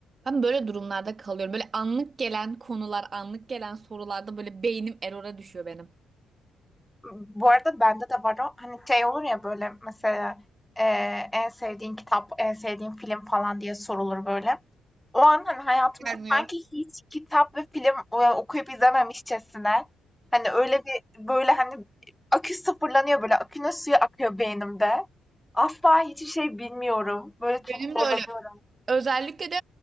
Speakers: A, on the right; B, in the centre.
A: Ben böyle durumlarda kalıyorum. Böyle anlık gelen konular, anlık gelen sorularda böyle beynim erora düşüyor benim.
B: Bu arada bende de var o. Hani şey olur ya böyle mesela e, en sevdiğin kitap, en sevdiğin film falan diye sorulur böyle. O an hani hayatımda
A: Gelmiyor.
B: sanki hiç kitap ve film e, okuyup izlememişçesine hani öyle bir böyle hani akü sıfırlanıyor böyle akünün suyu akıyor beynimde. Asla hiçbir şey bilmiyorum. Böyle
A: Benim
B: çok zorlanıyorum.
A: de öyle. Özellikle de